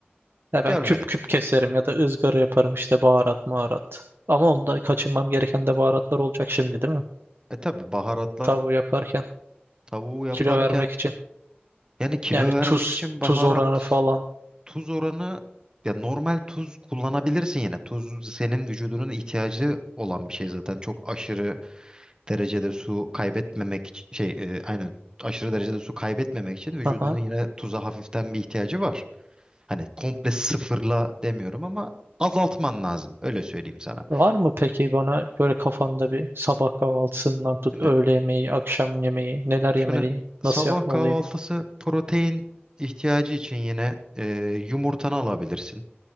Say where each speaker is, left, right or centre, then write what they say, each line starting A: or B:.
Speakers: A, on the right (about 65°); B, on the right (about 20°).
A: ya
B: Görmedim.
A: ben küp küp keserim ya da ızgara yaparım işte baharat maharat. Ama onda kaçınmam gereken de baharatlar olacak şimdi değil mi?
B: E tabii baharatlar
A: Tavuğu yaparken
B: tavuğu yaparken
A: kilo vermek için.
B: Yani kilo
A: Yani
B: vermek
A: tuz
B: için baharat,
A: tuz oranı falan.
B: tuz oranı ya normal tuz kullanabilirsin yine. Tuz senin vücudunun ihtiyacı olan bir şey zaten. Çok aşırı derecede su kaybetmemek iç- şey e, aynen aşırı derecede su kaybetmemek için vücudunun
A: Aha.
B: yine tuza hafiften bir ihtiyacı var. Hani komple sıfırla demiyorum ama azaltman lazım. Öyle söyleyeyim sana.
A: Var mı peki bana böyle kafanda bir sabah kahvaltısından tut
B: Şimdi
A: öğle yemeği, akşam yemeği, neler
B: şöyle
A: yemeliyim,
B: sabah
A: nasıl yapmalıyım?
B: kahvaltısı protein ihtiyacı için yine e, yumurtanı alabilirsin.